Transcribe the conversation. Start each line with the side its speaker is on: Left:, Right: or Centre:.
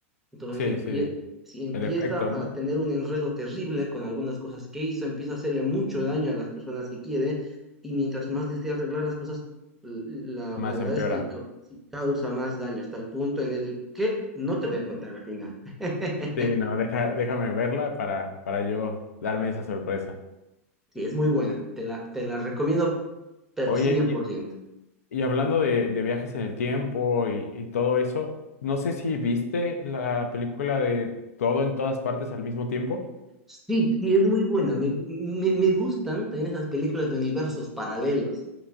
Centre: Entonces
Left: Sí,
Centre: empie-
Left: sí. El
Centre: si empieza
Left: efecto, ¿no?
Centre: a tener un enredo terrible con algunas cosas que hizo, empieza a hacerle mucho daño a las personas que quiere y mientras más desea arreglar las cosas, l- la,
Left: Más
Centre: la verdad
Left: empeora.
Centre: es que ca- causa más daño hasta el punto en el que no te voy a contar al final. <laughs>
Left: Sí, no, deja, déjame verla para, para yo darme esa sorpresa.
Centre: Sí, es muy buena, te la, te la recomiendo, pero
Left: Oye,
Centre: 100%.
Left: y, y hablando de, de viajes en el tiempo y, y todo eso, no sé si viste la película de Todo en todas partes al mismo tiempo.
Centre: Sí, sí, es muy buena, me, gu- me, me gustan también esas películas de universos paralelos.